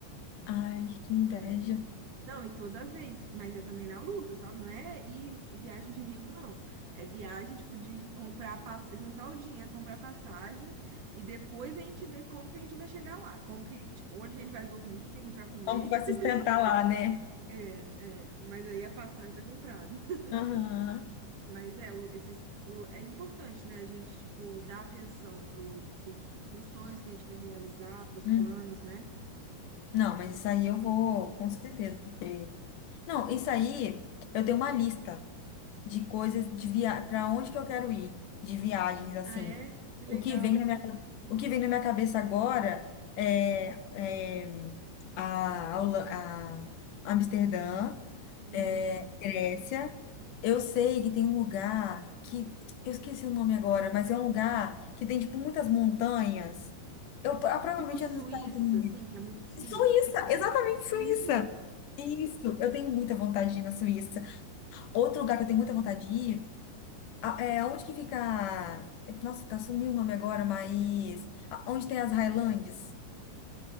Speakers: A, on the left; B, on the right.
A: Ai, que inveja.
B: É, Não, e toda vez, mas é também na luta, sabe? Não é ir viagem de rico, não. É viagem, tipo, de comprar, pass- juntar o dinheiro, comprar passagem, e depois a gente vê como que a gente vai chegar lá, como que, tipo, onde que a gente vai dormir, o que a gente vai comer.
A: Como que vai
B: <laughs>
A: sustentar lá, né?
B: É, é, mas aí a passagem tá comprada. <laughs>
A: Aham.
B: Mas é, o- esses, o- é importante, né? A gente, tipo, dar atenção pro, pros, pros sonhos que a gente quer realizar, pros
A: Hum.
B: planos, né?
A: Não, mas isso aí eu vou, com certeza, porque... Não, isso aí eu tenho uma lista de coisas, de via... para onde que eu quero ir, de viagens, assim.
B: Ah, é? Que legal.
A: O que vem na minha, o que vem na minha cabeça agora é, é a, Holan- a Amsterdã,
B: Uhum.
A: é, Grécia. Eu sei que tem um lugar que eu esqueci o nome agora, mas é um lugar que tem tipo muitas montanhas. Eu ah, provavelmente
B: Tipo, Suíça,
A: é nos Estados Unidos.
B: assim, que é muito
A: Suíça,
B: frio.
A: exatamente Suíça.
B: Suíça
A: Isso, eu tenho muita vontade de ir na Suíça. Outro lugar que eu tenho muita vontade de ir, a- é onde que fica. Nossa, tá sumiu o nome agora, mas a- onde tem as Highlands?